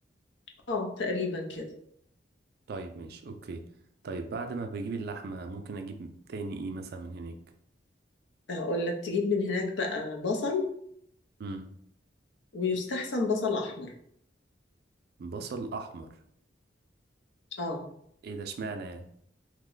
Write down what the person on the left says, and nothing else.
اه تقريبا كده
اقول لك تجيب من هناك بقى بصل
ويستحسن بصل احمر
اه